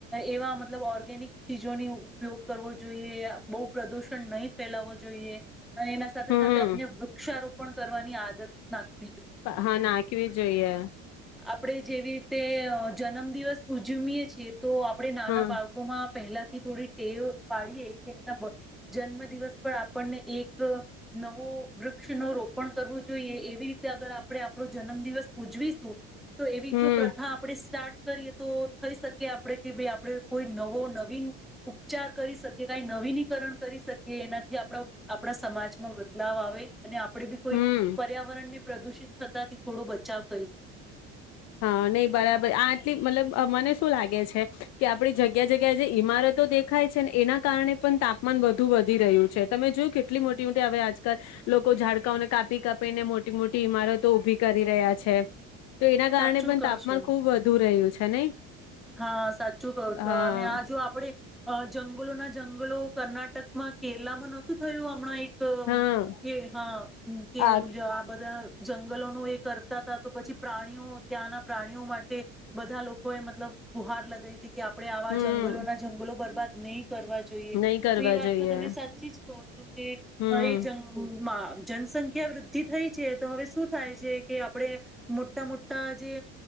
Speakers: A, in the centre; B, on the left.
A: એવા મતલબ ઓર્ગેનિક ચીજોની ઉપયોગ કરવો જોઈએ બો પ્રદુષણ નહી ફેલાવવો જોઈએ. અને એના સાથે
B: હમ
A: સાથે અને વૃક્ષારોપ પણ કરવાની આદત નાખે.
B: હા નાખવી જોઈએ.
A: આપણેે જેવી તે જન્મદિવસ ઉજ્જમય છીએ. તો આપડે નાના
B: હા
A: બાળકોમાં પહેલાથી થોડી ટેવ પાડીએ કે એમના જન્મ દિવસ પર આપણને એક નવો વૃક્ષ ન રોપણ કરવું જોઈએ એવી રીતે અગર આપણે આપણો જન્મ દિવસ ઉજવીશું તો એવી
B: હમ
A: જો આપણે સ્ટાર્ટ કરીએ તો થઈ શકી આપણે કે ભાઈ આપણે કોઈ નવો નવીન ઉપચાર કરી શકીએ કઈ નવીનીકરણ કરી શકીએ. આપડા આપણા સમાજમાં. <unintelligible> અને આપણેે બી કોઈ
B: હમ
A: પર્યાવરણને પ્રદુષિત થતા થી થોડો બચાવ કરી શકીએ.
B: હા નહી બરાબર આ આટલી મતલબ મને શું લાગે છે કે આપણી જગ્યા જગ્યા જે ઈમારતો દેખાય છે ને એના કારણે પણ તાપમાન વધુ વધી રહ્યું છે તમે જોયું કેટલી મોટી મોટી હવે આજકાલ લોકો ઝાડકાંઓને કાપી કાપીને મોટી મોટી ઈમારતો ઊભી કરી રહ્યા છે. કારણે
A: સાચું
B: પણ
A: કહો
B: તાપમાન
A: છો
B: ખુબ વધુ રહ્યું છે. હે નહી.
A: હા સાચું કવ છું
B: હા
A: અને આ જો આપડે જંગલો ના જંગલો કર્ણાટકમાં કેરલામાં નહોતું થયું હમણાં ક
B: હા
A: હા હમ્મ કે
B: આ
A: આવા બધા જંગલોનું એ કરતા હતા તો પછી પ્રાણીઓ ત્યાંના પ્રાણીઓ માટે બધા લોકો એ બુહાર લગ <unintelligible> કે આપડણે આવા
B: હમ
A: જંગલોના જંગલો બરબાદ. <inaudible> કરવા જોઈએ
B: નહી કરવા
A: તો એ વાત
B: જોઈએ
A: તો તમે સાચી જ કોહ છો. એ
B: હમ
A: એ જંગમાં જનસંખ્યા વૃદ્ધિ થઈ છે તો હવે શું થાય છે કે આપણે મોટા મોટા જે